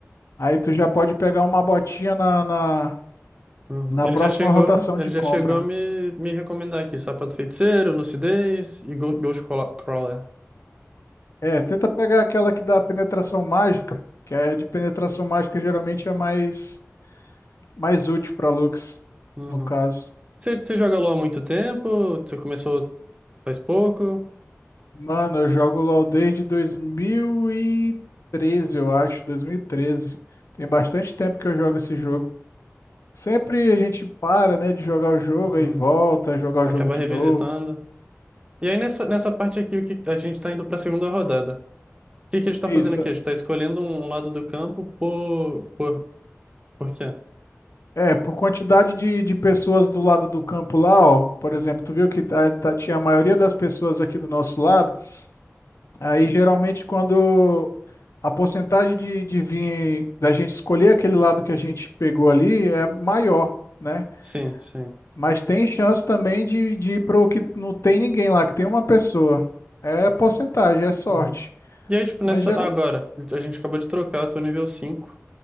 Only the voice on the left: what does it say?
aí tu já pode pegar uma botinha na, na,
na
próxima
rotação
de
compra.
É, tenta pegar aquela que dá penetração mágica, que é de penetração mágica geralmente é mais, mais útil pra Lux,
no caso.
Mano, eu jogo LoL desde dois mil e treze, eu acho, 2013. Tem bastante tempo que eu jogo esse jogo. Sempre a gente para, né, de jogar o jogo,
aí volta, a jogar o
jogo de
novo.
Isso.
É, por quantidade de, de pessoas do lado do campo lá, ó. Por exemplo, tu viu que tá, tá- tinha a maioria das pessoas aqui do nosso lado. Aí geralmente quando a porcentagem de, de vir da gente escolher aquele lado que a gente pegou ali é maior. né?
Mas tem chance também de, de ir pro que não tem ninguém lá, que tem uma pessoa. É porcentagem, é sorte.
Mas
geral.